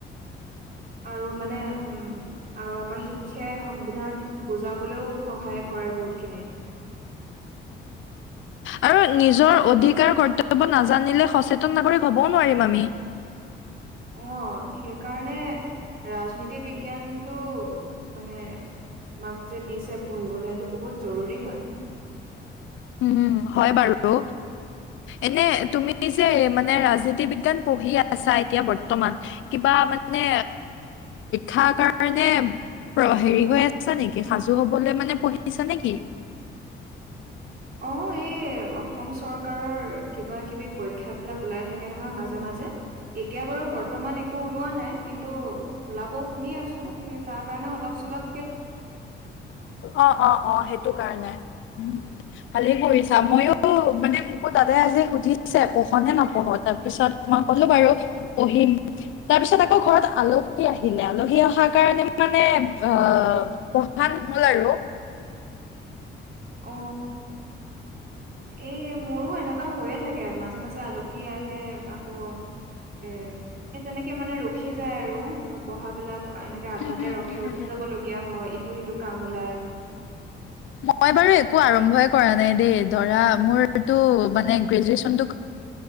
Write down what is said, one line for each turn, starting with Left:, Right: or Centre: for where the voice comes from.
Right: আৰু মানে উম আৰু আমাৰ শিক্ষাই সংবিধান বুজাবলৈও সহায় কৰে বহুতখিনি <unintelligible>
Left: আৰু নিজৰ অধিকাৰ কৰ্তব্য নাজানিলে সচেতন নাগৰিক হ'বও নোৱাৰিম আমি
Right: <unintelligible> আহ, সেইকাৰণে ৰাজনীতি বিজ্ঞানটো মানে আমাক যে দিছে পঢ়িবলৈ সটো বহুত জৰুৰী হয়
Left: উম হয় বাৰু এনে তুমি যে মানে। ৰাজনীতি বিজ্ঞান পঢ়ি আছা এতিয়া বৰ্তমান কিবা মানে। ঠাৰ কাৰণে। হেৰি হৈ আছা নেকি সাজু হবলৈ মানে পঢ়িছা নেকি।
Right: অ' এই অসম চৰকাৰৰ কিবা কিবি পৰীক্ষা বিলাক ওলাই থাকে নহয় মাজে মাজে। এতিয়া বাৰু বৰ্তমান একো ওলোৱা নাই। কিন্তু ওলাব শুনি আছোঁ সেই তাৰকাৰণে অলপ চলপ।
Left: অ -অ -অ সেইটো কাৰণে উ ভালে কৰিছা মইও। মানে মোকো দাদাই আজি সুধিছে পঢ় নে নপঢ় তাৰ পিছত তোই ক'লো বাৰু পঢ়িম। তাৰ পিছত আকৌ ঘৰত আলহী আহিলে আলহী অহাৰ কাৰণে মানে অ। পঢ়া নহ'ল আৰু।
Right: অ। এ মোৰো এনেকুৱা হৈয়ে থাকে মাজে মাজে আলহী আহে আকৌ। এ এ তেনেকে মানে ৰখি যায় আৰু পঢ়া বিলাক। এনেকে আধাতে
Left: আৰু
Right: ৰখে উঠি যাব লগীয়া হয় ইটো সিটো কাম ওলাই।
Left: মই বাৰু একো আৰম্ভই কৰা নাই দেই ধৰা মোৰটো মানে গ্ৰেজুৱেচন।